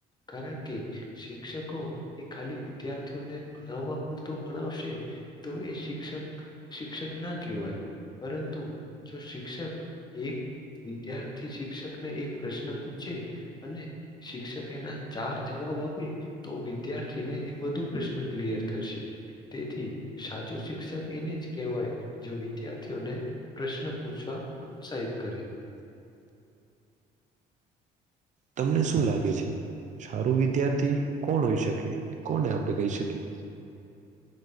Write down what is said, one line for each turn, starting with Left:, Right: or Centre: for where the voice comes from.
Left: કારણ કે શિક્ષકો એ ખાલી વિદ્યાર્થીઓને ભણાવવા પૂરતો ભણાવશે તો એ શિક્ષક શિક્ષક ના કહેવાય પરંતુ જો શિક્ષક એક વિદ્યાર્થી શિક્ષકને એક પ્રશ્ન પૂછે અને શિક્ષકે એના ચાર જવાબ આપી તો વિદ્યાર્થીને એ બધુ પ્રશ્ન ક્લિયર થશે તેથી સાચું શિક્ષક એને જ કહેવાય જો વિદ્યાર્થીઓને પ્રશ્ન પૂછવા પ્રોત્સાહિત કરી
Right: તમને શું લાગે છે સારું
Left: લાગે?
Right: વિદ્યાર્થી કોણ હોઈ શકે
Left: કોણ?
Right: કોને આપણે કહી શકીએ